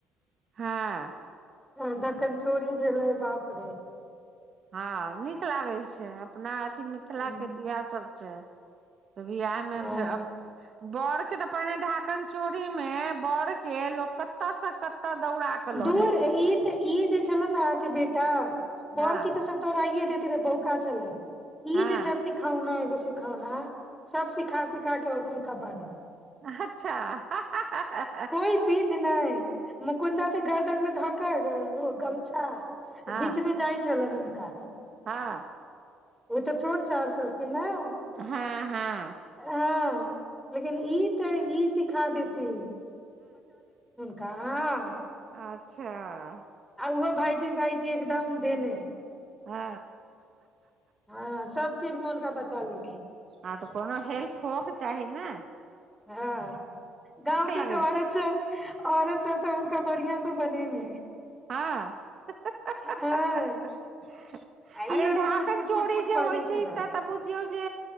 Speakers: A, on the right; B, in the centre.
A: हँ
B: हँ ढकन चोरी भेलै बाप रे
A: हँ नीक लागै छै अपना अथी मिथिला
B: हूँ
A: केँ तऽ इहै सब छै तऽ बिआह मे
B: हँ
A: फेर अप बड़ केँ तऽ पहिने ढाकन चोरी मे बड़ केँ लोक कतऽ सँ कतऽ दौड़ा के लऽ
B: दूर
A: जाइ
B: ई
A: छलैया
B: तऽ ई जे छलेन अहाँकेँ बेटा बड़
A: हँ
B: केँ तऽ सब दौड़ाइये देते रहे बहु का छलै
A: हँ
B: ई जे छै सिखौना एगो सिखौना सब सिखा सिखा केँ अपन खबर लै
A: अच्छऽ हा हा हा
B: कोई बिध नय मुकुन्दा तऽ गरदैन मे धऽ कऽ ओ गमछा
A: हँ
B: घीचने जाइ छलैन हुनका
A: हँ
B: ओ तऽ छोट सार छलखिन नऽ
A: हँ हँ
B: हँ लेकिन ई तऽ ई सिखा देथिन कहाँ
A: अच्छऽ
B: आ उहो भाइजी - भाइजी एकदम देने
A: हँ
B: हँ आ सब चीज मे हुनका बचा लेलखिन
A: हँ तऽ कोनो हेल्फ हूअके चाही न
B: हँ गाँव के
A: लगै
B: तऽ आओर
A: छै
B: त सब औरत सब त हुनका बढ़िआं स बनेने यै
A: हँ ह ह
B: हँ
A: <unintelligible>
B: आ
A: अरे
B: ई ओहिमे
A: ढाकन
B: पुट पुट
A: चोरी
B: पुट पुट
A: जे
B: बाजै
A: होइ छै
B: छलनि
A: इत त बुझ कियौ जे